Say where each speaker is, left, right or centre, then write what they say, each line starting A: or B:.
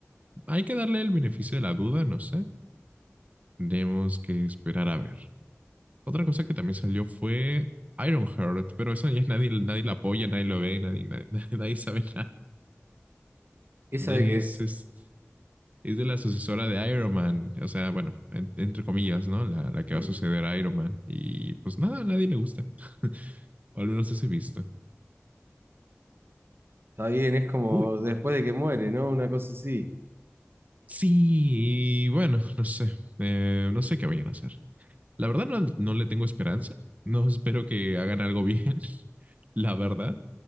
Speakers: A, on the right; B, on the right.
A: hay que darle el beneficio de la duda, no sé. Tenemos que esperar a ver. Otra cosa que también salió fue Ironheart, pero eso ya nadie, nadie la apoya, nadie lo ve, nadie, nadie, <laughs> nadie sabe nada.
B: esa
A: Es,
B: de que es.
A: es, es de la sucesora de Iron Man, o sea, bueno, en- entre comillas, ¿no? La, la que
B: mm,
A: va a suceder a Iron Man. Y pues nada, a nadie le gusta, <laughs> o al menos ese visto.
B: Está bien, es como
A: Uy,
B: después de que muere, ¿no? Una cosa así.
A: sí, y bueno, no sé, Eh, no sé qué vayan a hacer. La verdad no, no le tengo esperanza. No <laughs> espero que hagan algo bien, <laughs> la verdad.